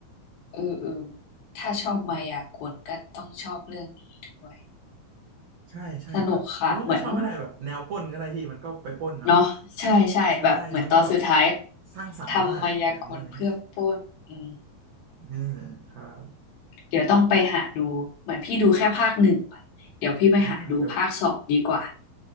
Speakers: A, on the left; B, on the right.
A: เออเออถ้าชอบมายากลก็ต้องชอบเรื่องนี้ด้วย
B: ใช่ใช่ครับหรือว่าไม่ชอบก็ได้แบบแนวปล้นก็ได้พี่มันก็ไปปล้นเนาะ
A: สนุกค่ะเหมือนเนาะใช่ใช่แบบเหมือนตอนสุดท้าย
B: ใช่มันก็แบบสร้างสรรค์มากหนังเรื่องนี้
A: ทำมายากลเพื่อปล้นอืม
B: อ่าครับ
A: เดี๋ยวต้องไปหาดูเหมือนพี่ดูแค่ภาคหนึ่งอะเดี๋ยวพี่ไปหาดูภาคสองดีกว่า
B: อ่าเดี๋ยว